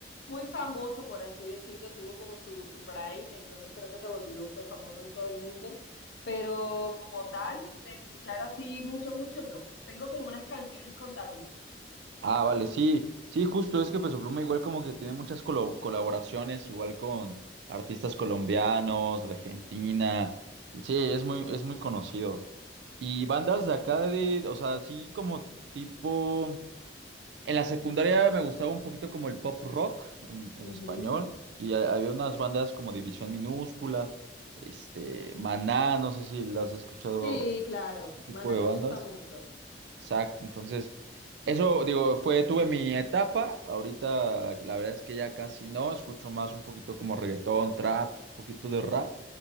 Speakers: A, on the left (about 70°); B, on the right (about 65°).
A: muy famoso, por así decirlo, tuvo como su, su prime, entonces creo que se volvió pues famoso en todo el mundo, pero como tal, de escuchar así mucho, mucho, no. Tengo como unas canciones contaditas.
B: Ah, vale, sí, sí, justo, es que Peso Pluma igual como que tiene muchas colo- colaboraciones, igual con artistas colombianos, Argentina. Sí, es muy, es muy conocido. Y bandas de acá de, o sea, así como tipo. En la secundaria me gustaba un poquito como el pop rock en, en
A: Ujú.
B: español y ha- había unas bandas como División Minúscula, este, Maná, no sé si las has escuchado,
A: Sí, claro.
B: ese tipo
A: Maná
B: de
A: me
B: bandas.
A: gusta mucho.
B: Exacto, entonces eso digo, fue, tuve mi etapa, ahorita la verdad es que ya casi no, escucho más un poquito como reggaetón, trap, un poquito de rap,